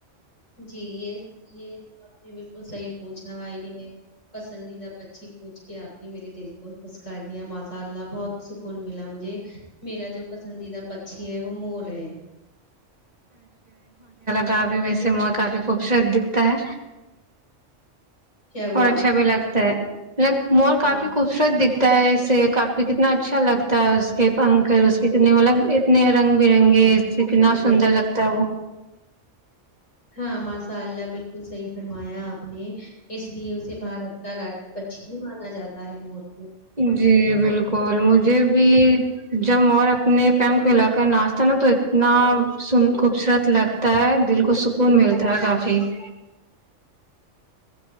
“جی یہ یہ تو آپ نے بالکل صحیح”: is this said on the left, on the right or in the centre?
Left